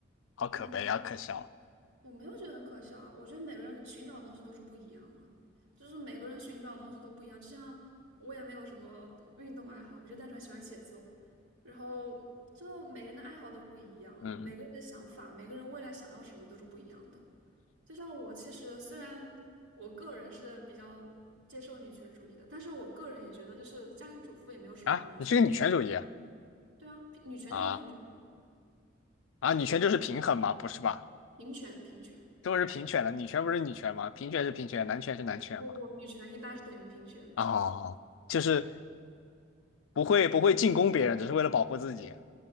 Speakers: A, on the left; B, on the right.
A: 好可悲，
B: 嗯，
A: 啊，可笑。
B: 我没有觉得很可笑啊，我觉得每个人寻找的东西都是不一样啊，就是每个人寻找的东西都不一样。就像我也没有什么运动爱好，我就单纯喜欢写作，然后就每个人的爱好都不一样，
A: 嗯嗯
B: 每个人的想法，每个人未来想要什么都是不一样的。就像我其实虽然我个人是比较接受女权主义的，但是我个人也觉得就是家庭主妇也没有什么关系。
A: 啊，你是个女权主义啊？
B: 对啊，平女权就是平权，
A: 啊啊，女权就是平衡嘛，不是吧？
B: 平权，平权。
A: 中国是平权的，女权不是女权吗？平权是平权，男权是男权嘛。
B: 不不不，女权一般是等于平权。
A: 哦，就是不会不会进攻别人，只是为了保护自己